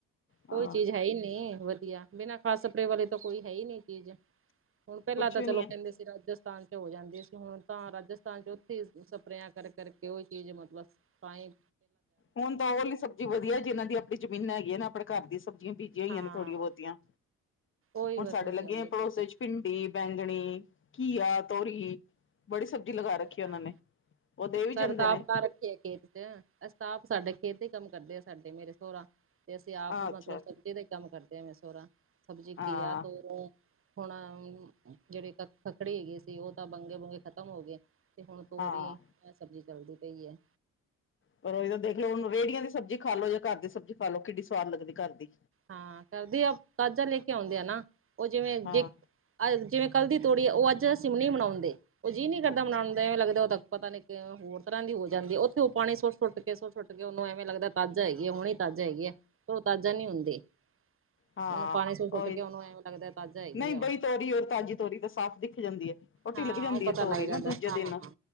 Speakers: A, on the left; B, on the right.
A: ਹਾਂ
B: ਕੋਈ ਚੀਜ਼ ਹੈ ਹੀ ਨੀ ਵਧੀਆ। ਬਿਨਾਂ ਖਾਦ ਸਪਰੇ ਵਾਲੇ ਤਾਂ ਕੋਈ ਹੈ ਹੀ ਨਹੀਂ ਚੀਜ਼, ਹੁਣ ਪਹਿਲਾਂ
A: ਕੁਛ
B: ਤਾਂ
A: ਵੀ
B: ਚਲੋ
A: ਨੀ ਹੈ
B: ਕਹਿੰਦੇ ਸੀ ਰਾਜਸਥਾਨ ਚ ਹੋ ਜਾਂਦੇ ਸੀ, ਹੁਣ ਤਾਂ ਰਾਜ ਰਾਜਸਥਾਨ ਚ ਉੱਥੇ ਸਪਰੇਆਂ ਕਰ ਕਰ ਕੇ ਉਹੀ ਚੀਜ਼ ਮਤਲਬ ਤਾਂਹੀ।
A: ਹੁਣ ਤਾਂ ਉਹ ਆਲੀ ਸਬਜ਼ੀ ਵਧੀਆ, ਜਿਹਨਾਂ ਦੀ ਆਪਣੀ ਜ਼ਮੀਨਾਂ ਹੈਗੀਆਂ ਨਾ ਆਪਣੇ ਘਰ ਦੀਆਂ ਸਬਜ਼ੀਆਂ ਬੀਜ ਬੀਜੀਆਂ ਹੋਈਆਂ
B: ਹਾਂ
A: ਨੇ ਥੋੜੀਆਂ ਬਹੁਤੀਆਂ,
B: ਉਹੀ
A: ਹੁਣ
B: ਬਸ
A: ਸਾਡੇ
B: ਵਧੀਆ
A: ਲੱਗੇ
B: ਹੁੰਦੀ
A: ਪੜੋਸ
B: ਕਰਦਾ
A: ਚ ਭਿੰਡੀ, ਬੈਂਗਣੀ। ਘੀਆ ਤੋਰੀ ਬੜੀ ਸਬਜ਼ੀ ਲਗਾ ਰੱਖੀ ਉਹਨਾਂ
B: ਹਾਂ
A: ਨੇ। ਉਹ ਦੇ ਵੀ
B: ਸਾਡੇ
A: ਜਾਂਦੇ
B: ਤਾਂ
A: ਨੇ
B: ਆਪ ਉਗਾ ਰੱਖੇ ਆ ਖੇਤ ਚ। ਅਸੀ ਤਾਂ ਆਪ, ਸਾਡੇ ਖੇਤ ਤੇ ਕੰਮ ਕਰਦੇ ਆ ਸਾਡੇ ਮੇਰੇ ਸੋਹਰਾ। ਤੇ ਅਸੀਂ ਆਪ
A: ਅੱਛਾ
B: ਮਤਲਬ ਸਬਜ਼ੀ ਦਾ ਹੀ ਕੰਮ ਕਰਦੇ ਆ ਮੈਂ ਸੋਹਰਾ। ਸਬਜ਼ੀ
A: ਹਾਂ
B: ਘੀਆ, ਤੋਰੀ ਹੁਣ ਜੇਹੜੀ ਕ ਕਕੜੀ ਹੈਗੇ ਸੀ। ਉਹ ਤਾਂ ਬੰਗੇ ਬੰਗੇ ਖ਼ਤਮ ਹੋ ਗਏ, ਤੇ ਹੁਣ ਤੋਰੀ
A: ਹਾਂ
B: ਐ ਸਬਜ਼ੀ ਚੱਲਦੀ ਪਈ ਐ।
A: ਪਰ ਓਹੀ ਤੇ ਦੇਖ ਲਓੁ ਰੇਹੜੀਆਂ ਦੀ ਸਬਜ਼ੀ ਖਾਲੋ ਜਾਂ ਘਰ ਦੀ ਸਬਜ਼ੀ ਖਾਲੋ, ਕਿੱਡੀ ਸਵਾਦ ਲੱਗਦੀ ਘਰ ਦੀ।
B: ਹਾਂ ਕਰਦੇ ਆ ਤਾਜ਼ਾ ਲੈ ਕੇ ਆਉਂਦੇ ਆ ਨਾ, ਓਹ ਜਿਵੇਂ ਜੇ
A: ਹਾਂ
B: ਅ ਜਿਵੇਂ ਕੱਲ੍ਹ ਦੀ ਤੋੜੀ ਆ ਓਹ ਅੱਜ ਅਸੀ ਨੀ ਬਨਾਉਦੇ ਓਹ ਜੀ ਨੀ ਕਰਦਾ
A: ਅੱਛਾ
B: ਬਨਾਉਂਦੇ ਐਂ ਲੱਗਦਾ ਓਹ ਪਤਾ ਨੀ ਹੋਰ ਤਰ੍ਹਾਂ ਦੀ ਹੋ ਜਾਂਦੀ ਐ ਉੱਥੇ ਓਹ ਪਾਣੀ ਸੁੱਟ-ਸੁੱਟ ਕੇ ਸੁੱਟ-ਸੁੱਟ ਕੇ ਓਹਨੂੰ ਐਵੇਂ ਲੱਗਦਾ ਤਾਜ਼ਾ ਹੈਗੀ ਐ ਹੁਣੀ ਤਾਜ਼ਾ ਹੈਗੀ ਐ। ਓ ਤਾਜ਼ਾ ਨੀ ਹੁੰਦੀ।
A: ਹਾਂ
B: ਉਹਨੂੰ ਪਾਣੀ ਸੁੱਟ ਸੁੱਟ
A: ਓਹੀ,
B: ਕੇ ਉਹਨੂੰ ਐਵੇਂ ਲੱਗਦਾ ਤਾਜ਼ਾ ਹੈਗੀ
A: ਨਹੀਂ
B: ਆ
A: ਬਈ
B: ਉਹ
A: ਤੋਰੀ ਔਰ ਤਾਜ਼ੀ ਤੋਰੀ ਤਾਂ ਸਾਫ਼ ਦਿਖ ਜਾਂਦੀ ਐ। ਓਹ ਢਿਲਕ
B: ਹਾਂ
A: ਜਾਂਦੀ
B: ਉਹ ਪਤਾ
A: ਐ ਤੋਰੀ
B: ਲੱਗ ਜਾਂਦਾ
A: ਨਾ ਦੂਜੇ
B: ਹਾਂ
A: ਦਿਨ,
B: ਹਾਂ